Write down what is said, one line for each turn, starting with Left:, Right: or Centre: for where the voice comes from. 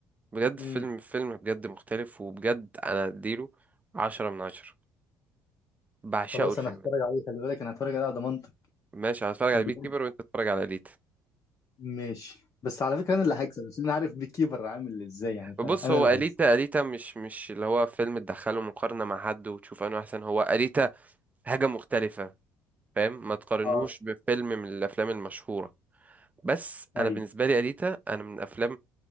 Right: بجد
Left: امم
Right: فيلم فيلم بجد مختلف وبجد انا اديله عشرة من عشرة بعشقه
Left: خلاص
Right: الفيلم
Left: انا هتفرج
Right: ده
Left: عليه خلي بالك انا هتفرج عليه على ضمانتك
Right: ماشي انا هتفرج
Left: بجد
Right: على بيك كيبر وانت تتفرج على اليتا
Left: ماشي بس على فكره انا اللي هكسب بس انا عارف بيك كيبر عامل ازاي يعني
Right: بص
Left: فانا انا
Right: هو
Left: اللي
Right: أليتا
Left: هكسب
Right: أليتا مش مش اللي هو فيلم تدخله مقارنة مع حد وتشوف انه احسن هو أليتا حاجة مختلفة فاهم ما تقارنوش
Left: اه
Right: بفيلم من الافلام المشهوره بس
Left: ايوه
Right: انا بالنسبه لي اليتا انا من الافلام